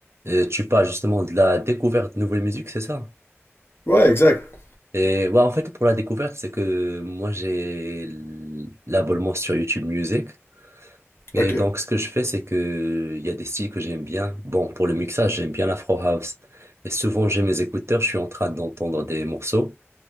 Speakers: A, on the right; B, on the left.
A: Euh, tu parles justement de la découverte de nouvelles musiques, c'est ça?
B: Ouais, exact.
A: Et ouais, en fait, pour la découverte, c'est que moi, j'ai l- l'abonnement sur YouTube Music. Et
B: Ok.
A: donc, ce que je fais, c'est que il y a des styles que j'aime bien. Bon, pour le mixage, j'aime bien l'Afro House. Et souvent, j'ai mes écouteurs, je suis en train d'entendre des morceaux.